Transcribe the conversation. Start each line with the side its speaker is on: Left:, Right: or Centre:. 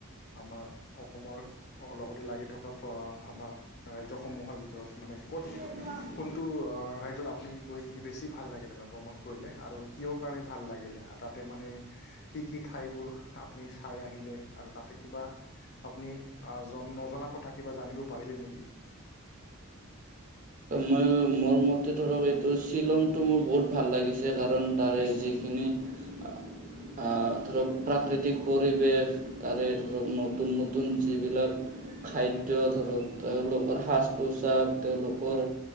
Left: আমাৰ অসমৰ অ' লগতে লাগি থকা আমাৰ ৰাজ্যসমূহৰ ভিতৰত মানে ক'ত
Right: <unintelligible>
Left: কোনটো ৰাজ্যত আপুনি গৈ কিনি বেছি ভাল লাগিলে? মানে ভ্ৰমণ কৰিলে আৰু কিহৰ কাৰণে ভাল লাগিলে? তাতে মানে, কি কি ঠাইবোৰ আপুনি চাই আহিলে আৰু তাতে কিবা আপুনি জন নজনা কথা কিবা জানিব পাৰিলে নেকি?
Right: মই মোৰ মোৰ মতে ধৰক এইটো শ্বিলংতটো মোৰ বহুত ভাল লাগিছে কাৰণ তাৰে
Left: নিশ্চয়
Right: যিখিনি অ'। আহ ধৰক প্ৰাকৃতিক পৰিৱেশ তাৰে ধৰক নতুন নতুন যিবিলাক খাদ্য ধৰক তেওঁলোকৰ সাজ পোচাক তেওঁলোকৰ